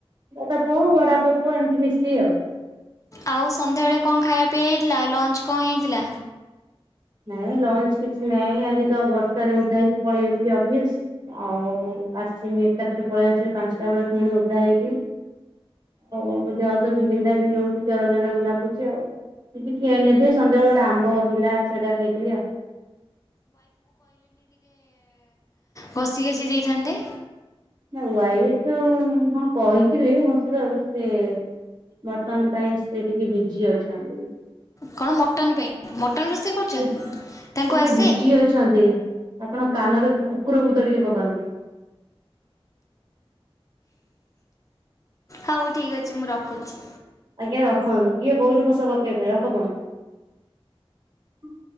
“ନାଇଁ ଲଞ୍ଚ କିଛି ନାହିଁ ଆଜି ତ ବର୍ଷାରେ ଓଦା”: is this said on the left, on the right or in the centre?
Right